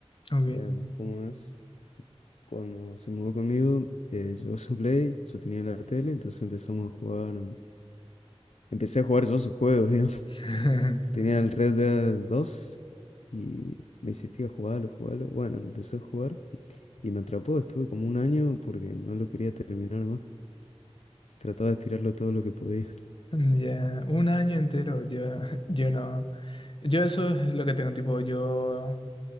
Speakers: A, on the left (about 50°); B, on the left (about 80°).
A: Ok.
B: Em, como es, cuando se mudó conmigo, eh, llevó su Play, yo tenía la tele, entonces empezamos a jugar. em, Empecé a jugar yo sus juegos, <laughs> digamos.
A: <laughs>
B: Tenía el Red Dead dos y me insistía, jugarlo, jugarlo. Bueno, lo empecé a jugar y me atrapó, estuve como un año porque no lo quería terminar más. Trataba de estirarlo todo lo que podía.
A: Ya, un año entero, yo, <laughs> yo no. Yo eso es lo que tengo, tipo, yo